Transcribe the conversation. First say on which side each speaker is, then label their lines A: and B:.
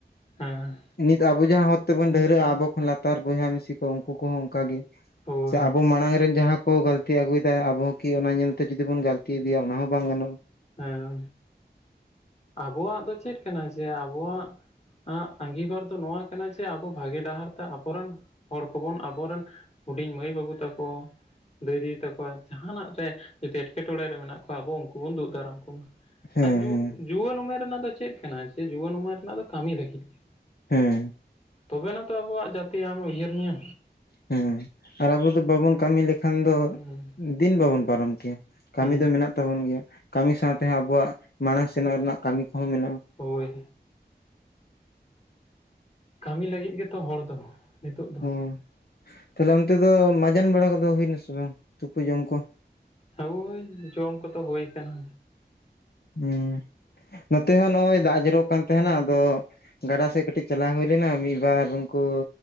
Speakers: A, on the left; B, on the left.
A: ᱦᱮᱸ᱾
B: ᱱᱤᱛ ᱟᱵᱚ ᱡᱟᱸᱦᱟᱸ ᱦᱚᱨ ᱛᱮᱵᱚᱱ ᱰᱷᱟᱹᱨᱟᱹᱜᱼᱟ ᱟᱵᱚ ᱠᱷᱚᱱ ᱞᱟᱛᱟᱨ ᱵᱚᱭᱦᱟ ᱢᱤᱥᱤ ᱠᱚ ᱩᱱᱠᱩ ᱠᱚᱦᱚᱸ ᱚᱱᱠᱟ ᱜᱮ᱾
A: ᱦᱳᱭ
B: ᱥᱮ ᱟᱵᱚ ᱢᱟᱲᱟᱝ ᱨᱮᱱ ᱡᱟᱦᱟᱸ ᱠᱚ ᱜᱟᱹᱞᱛᱤ ᱟᱹᱜᱩᱭ ᱮᱫᱟ᱾ ᱟᱵᱚ ᱦᱚᱸ ᱠᱤ ᱚᱱᱟ ᱧᱮᱞᱛᱮ ᱡᱩᱫᱤ ᱵᱚᱱ ᱜᱟᱹᱞᱛᱤ ᱤᱫᱤᱭᱟ, ᱚᱱᱟ ᱦᱚᱸ ᱵᱟᱝ ᱜᱟᱱᱚᱜᱼᱟ᱾
A: ᱦᱮᱸ ᱟᱵᱚᱣᱟᱜ ᱫᱚ ᱪᱮᱫ ᱠᱟᱱᱟ ᱡᱮ ᱟᱵᱚᱣᱟᱜ ᱟᱸᱜ ᱟᱸᱜᱤᱵᱟᱨ ᱫᱚ ᱱᱚᱣᱟ ᱠᱟᱱᱟ ᱡᱮ ᱟᱵᱚ ᱵᱷᱟᱹᱜᱤ ᱰᱟᱦᱟᱨ ᱛᱮ, ᱟᱵᱚᱨᱮᱱ ᱦᱚᱲ ᱠᱚᱵᱚᱱ, ᱟᱵᱚᱨᱮᱱ ᱦᱩᱰᱤᱧ ᱢᱟᱹᱭ- ᱵᱟᱹᱵᱩ ᱛᱟᱠᱚ᱾ ᱫᱟᱹᱭ ᱫᱤᱫᱤ ᱛᱟᱠᱚᱣᱟᱜ ᱡᱟᱦᱟᱱᱟᱜ ᱨᱮ ᱡᱩᱫᱤ ᱮᱴᱠᱮᱴᱚᱬᱮ ᱨᱮ ᱢᱮᱱᱟᱜ ᱠᱚᱣᱟ᱾ ᱟᱵᱚ ᱩᱱᱠᱩ ᱵᱚ ᱫᱩᱜ ᱫᱟᱨᱟᱢ ᱠᱚ
B: ᱦᱮᱸ
A: ᱟᱨ
B: ᱦᱮᱸ
A: ᱡᱩᱣᱟᱹᱱ ᱩᱢᱮᱨ ᱨᱮᱱᱟᱜ ᱫᱚ ᱪᱮᱫ ᱠᱟᱱᱟ ᱡᱮ ᱡᱩᱣᱟᱹᱱ ᱩᱢᱮᱨ ᱨᱮᱱᱟᱜ ᱫᱚ ᱠᱟᱹᱢᱤ ᱞᱟᱹᱜᱤᱫ ᱜᱮ᱾
B: ᱦᱮᱸ᱾
A: ᱛᱚᱵᱮᱱᱟᱜ ᱛᱚ ᱟᱵᱚᱣᱟᱜ ᱡᱟᱹᱛᱤ ᱟᱢᱮ ᱩᱭᱦᱟᱹᱨ ᱢᱮᱭᱟ᱾
B: ᱦᱮᱸ ᱟᱨ ᱟᱵᱚ ᱫᱚ ᱵᱟᱵᱚᱱ ᱠᱟᱹᱢᱤ ᱞᱮᱠᱷᱟᱱ ᱫᱚ
A: ᱦᱩᱸ
B: ᱫᱤᱱ ᱵᱟᱵᱚᱱ ᱯᱟᱨᱚᱢ ᱠᱮᱭᱟ᱾ ᱠᱟᱹᱢᱤ
A: ᱦᱩᱸ
B: ᱫᱚ ᱢᱮᱱᱟᱜ ᱛᱟᱵᱚᱱ ᱜᱮᱭᱟ᱾ ᱠᱟᱹᱢᱤ ᱥᱟᱶᱛᱮ ᱦᱟᱸᱜ ᱟᱵᱚᱣᱟᱜ ᱢᱟᱲᱟᱝ ᱥᱮᱱᱚᱜ ᱨᱮᱱᱟᱜ ᱠᱟᱹᱢᱤ ᱠᱚᱦᱚᱸ ᱢᱮᱱᱟᱜᱼᱟ᱾
A: ᱦᱳᱭ᱾ ᱠᱟᱹᱢᱤ ᱞᱟᱹᱜᱤᱫ ᱜᱮᱛᱚ ᱦᱚᱲ ᱫᱚ, ᱱᱤᱛᱚᱜ ᱫᱚ
B: ᱦᱚᱸ ᱛᱟᱦᱞᱮ ᱚᱱᱛᱮ ᱫᱚ ᱢᱟᱡᱟᱱ ᱵᱮᱲᱟ ᱠᱚᱫᱚ ᱦᱩᱭᱱᱟ ᱥᱮ ᱵᱟᱝ ᱛᱩᱯᱩ ᱡᱚᱢ ᱠᱚ?
A: ᱦᱳᱭ, ᱡᱚᱢ ᱠᱚᱫᱚ ᱦᱩᱭ ᱟᱠᱟᱱᱟ᱾
B: ᱦᱮᱸ ᱱᱚᱛᱮ ᱦᱚᱸ ᱱᱚᱜᱼᱚᱭ ᱫᱟᱜ ᱡᱚᱨᱚᱜ ᱠᱟᱱ ᱛᱟᱦᱮᱱᱟ᱾ ᱟᱫᱚ ᱜᱟᱰᱟ ᱥᱮᱫ ᱠᱟᱹᱴᱤᱡ ᱪᱟᱞᱟᱣ ᱦᱩᱭ ᱞᱮᱱᱟ, ᱢᱤᱫᱵᱟᱨ ᱩᱱᱠᱩ